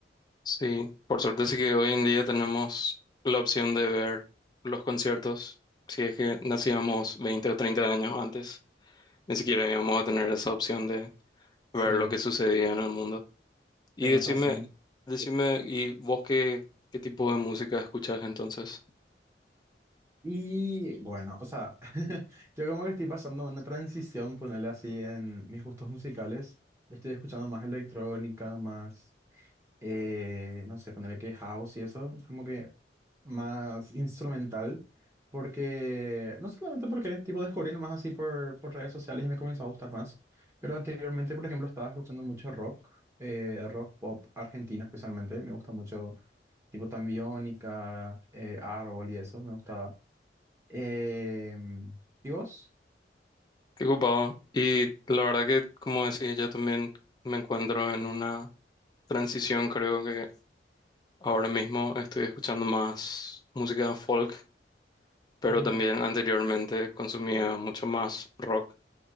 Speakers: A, on the left; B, on the right.
A: Sí, por suerte sí que hoy en día tenemos la opción de ver los conciertos, si es que nacíamos 20 o 30 años antes. Ni siquiera íbamos a tener esa opción ver
B: Sí,
A: lo que sucedía en el mundo. Y
B: tenés
A: decime,
B: razón.
A: decime, ¿y vos qué, qué tipo de música escuchás entonces?
B: Y bueno, o sea, <laughs> yo como que estoy pasando una transición, ponerle así en mis gustos musicales. Estoy escuchando más electrónica, más eh, no sé, ponerle que house y eso, es como que más instrumental, porque, no solamente porque, tipo, descubrí nomás así por, por redes sociales y me comenzó a gustar más, pero anteriormente, por ejemplo, estaba escuchando mucho rock, eh, rock pop argentino especialmente, me gusta mucho, tipo, tambiónica eh, Árbol y eso, me gustaba. Em, ¿y vos?
A: Qué ocupado. Y la verdad que, como decía, yo también me encuentro en una transición, creo que ahora mismo estoy escuchando más música folk, pero
B: Mm,
A: también anteriormente consumía mucho más rock.